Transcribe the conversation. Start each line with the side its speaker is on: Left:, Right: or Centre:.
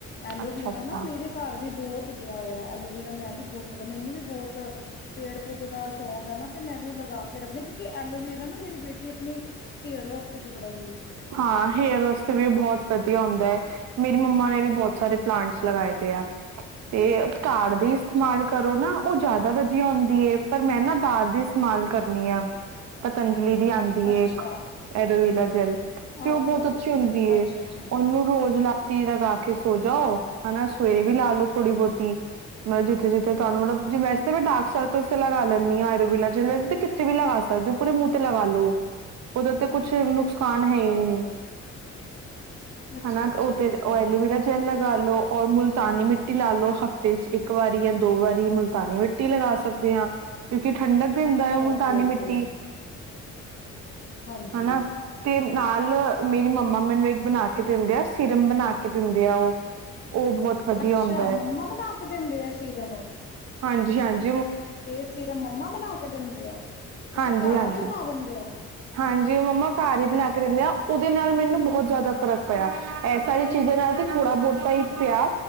Left: ਐਲੋਵੀਰਾ
Right: ਅੱਛਾ ਅੱਛਾ
Left: ਨਾ ਮੇਰੇ ਘਰ ਵੀ ਬਹੁਤ ਉੱਗਿਆ ਹੋਇਆ ਐਲੋਵੀਰਾ ਮੈਂ ਵੀ ਬਹੁਤ ਲੱਗਾ ਮੈਨੂੰ ਵੀ ਬਹੁਤ ਪੇੜ ਪੌਦੇ ਦਾ ਸ਼ੌਂਕ ਐਨਾ ਤੇ ਮੈਂ ਵੀ ਲਗਾ ਰੱਖਦੇ ਕਿਉਂਕਿ ਐਲੋਵੇਰਾ ਨਾ ਮੇ ਬੇਟ ਟੀ ਆਪਣੀ ਹੇਅਰ ਵਾਸਤੇ ਵੀ ਬੜਾ ਯੂਜ਼
Right: ਹਾਂ ਹੇਅਰ ਵਾਸਤੇ ਵੀ ਉਹ ਬਹੁਤ ਵਧੀਆ ਹੁੰਦਾ। ਮੇਰੀ ਮੰਮਾ ਨੇ ਵੀ ਬਹੁਤ ਸਾਰੇ ਪਲਾਂਟਸ ਲਗਾਏ ਦੇ ਆ ਤੇ ਘਰ
Left: ਅੱਛਾ
Right: ਦੇ ਇਸਤੇਮਾਲ
Left: ਅੱਛਾ
Right: ਕਰੋ ਨਾ ਉਹ ਜ਼ਿਆਦਾ ਵਧੀਆ ਆਉਂਦੀ ਹੈ, ਪਰ ਮੈਂ ਨਾ ਬਾਹਰ ਦੀ ਇਸਤੇਮਾਲ ਕਰਨੀ ਆ ਪਤੰਜਲੀ ਦੀ ਆਂਦੀ
Left: ਅੱਛਾ
Right: ਏ ਇੱਕ ਐਲੋਵੀਰਾ ਜੈਲ ਤੇ ਉਹ
Left: ਓਕੇ
Right: ਬਹੁਤ
Left: ਓਕੇ
Right: ਅੱਛੀ ਹੁੰਦੀ ਏ
Left: ਅੱਛਾ ਅੱਛਾ
Right: ਉਹਨੂੰ ਰੋ ਰੋਜ ਰਾਤੀ ਲਗਾ ਕੇ ਸੋ ਜਾਓ ਹਨਾ ਸਵੇਰੇ ਵੀ ਲਾ ਲੋੋ ਥੋੜੀ ਬਹੁਤੀ ਮਤਲਬ ਜਿੱਥੇ ਜਿੱਥੇ ਤੁਹਾਨੂੰ ਮਤਲਬ ਵੈਸੇ ਤਾਂ ਮੈਂ ਡਾਰਕ ਸਰਕਲ ਤੇ ਲਗਾ ਲੈਂਦੀ ਹਾਂ ਐਲੋਵੀਰਾ ਜੈਲ ਵੈਸੇ ਕਿੱਥੇ ਵੀ ਲਗਾ ਸਕਦੇ ਹੋ ਪੂਰੇ ਮੂੰਹ ਤੇ ਲਗਾ ਲੋ ਉਹਦੇ ਤੇ ਕੁਛ ਨੁਸਕਾਨ
Left: ਅੱਛਾ ਅੱਛਾ
Right: ਹਈਂਈਂ
Left: ਅੱਛਾ
Right: ਹਨਾ
Left: ਅੱਛਾ
Right: ਉੇਥ
Left: ਠੀਕ
Right: ਉਹ
Left: ਹੈ
Right: ਐਲੋਵਰਾ ਜੈਲ ਲੱ ਗਾਲੋ ਔਰ ਮੁਲਤਾਨੀ ਮਿੱਟੀ ਲਾ ਲੋਓ ਹਫ਼ਤੇ ਚ ਇੱਕ, ਇੱਕ ਵਾਰੀ ਜਾਂ ਦੋ ਵਾਰੀ ਮੁਲਤਾਨੀ ਮਿੱਟੀ ਲਗਾ ਸਕਦੇ ਹਾਂ ਕਿਉਂਕਿ ਠੰਡਕ ਦਿੰਦਾ
Left: ਓਕੇ
Right: ਮੁਲਤਾਨੀ
Left: ਓਕੇ
Right: ਮਿੱਟੀ
Left: ਹਾਂਜੀ,
Right: ਹਨਾ ਤੇ ਨਾਲ ਮੇਰੀ ਮੰਮਾ ਮੈਨੂੰ ਇੱਕ ਬਣਾ ਕੇ ਦਿੰਦੇ ਆ ਸਿਰਮ ਬਣਾ ਕੇ ਦਿੰਦੇ ਆ ਉਹ ਉਹ ਬਹੁਤ ਵਧੀਆ
Left: ਅੱਛਾ
Right: ਹੁੰਦਾ ਹੈ
Left: ਮੰਮਾ ਬਣਾ ਕੇ ਦਿੰਦੇ ਆ ਸੀਰਮ
Right: ਹਾਂਜੀ-ਹਾਂਜੀ,
Left: ਫ ਸੀਰਾ ਮੰਮਾ ਬਣਾ ਕੇ ਦਿੰਦੇ ਆ ਅੱਛਾ
Right: ਹਾਂਜੀ
Left: ਘਰ
Right: ਹਾਂਜੀ
Left: ਹੀ ਬਣਾ ਦਿੰਦੇ ਆ।
Right: ਹਾਂਜੀ ਉਹ ਮੰਮਾ ਘਰ
Left: ਅੱਛਾ-ਅੱਛਾ।
Right: ਹੀ ਬਣਾ ਕੇ ਦਿੰਦੇ ਆ। ਦੇ ਨਾਲ ਮੈਨੂੰ ਬਹੁਤ ਜ਼ਿਆਦਾ ਫ਼ਰਕ ਪਿਆ। ਇਹ ਸਾਰੀ ਚੀਜ਼ਾਂ ਨਾਲ ਤੇ ਥੋੜ੍ਹਾ ਬਹੁਤਾ ਹੀ ਪਿਆ